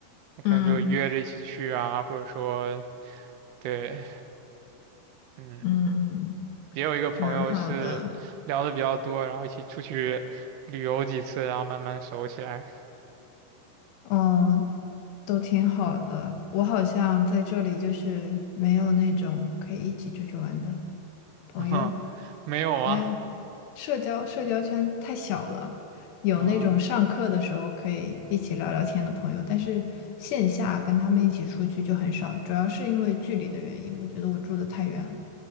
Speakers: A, on the right; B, on the left.
A: 那可能就约着一起去啊，
B: 嗯
A: 或者说对，嗯。
B: 嗯，
A: 也有一个朋友是聊的比较多，
B: 蛮好的，
A: 然后一起出去旅游几次，然后慢慢熟起来。
B: 哦，都挺好的。我好像在这里就是没有那种可以一起出去玩的朋友，
A: <laughs> 没有吗？
B: 因为社交社交圈太小了，有那种上课的时候可以一起聊聊天的朋友，
A: 嗯
B: 但是线下跟他们一起出去就很少，主要是因为距离的原因，我觉得我住的太远了，